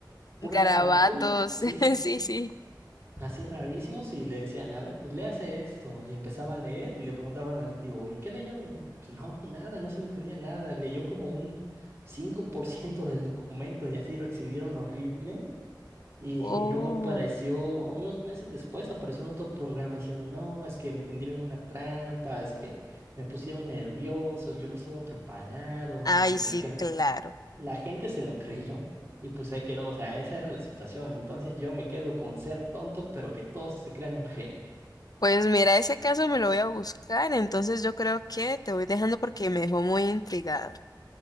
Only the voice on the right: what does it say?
pura,
puro, sí,
sí, sí,
así rarísimos y le decían, a ver, pues le hace esto, y empezaba a leer y le preguntaban al nativo, ¿y qué leyó? Y pues no, nada, no se le entendía nada, leyó como un 5% del documento y así lo exhibieron horrible. Y,
y luego apareció, unos meses después, apareció en otro programa diciendo, no, es que me tendieron una trampa, es que me pusieron nervioso, yo no estuve preparado.
Y pues
la gente,
la gente se lo creyó y pues ahí quedó, o sea, esa era la situación. Entonces yo me quedo con ser tonto, pero que todos se crean un genio. <laughs>